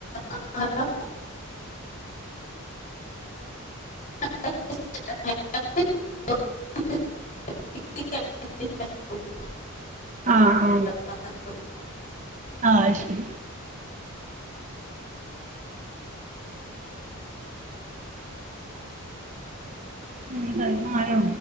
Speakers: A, on the left; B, on the right.
A: ആ ഹലോ? <inaudible> <inaudible>
B: ആ ആഹ്
A: പത പോയ്
B: ആഹ് ശരി ഉം ടൈമായേ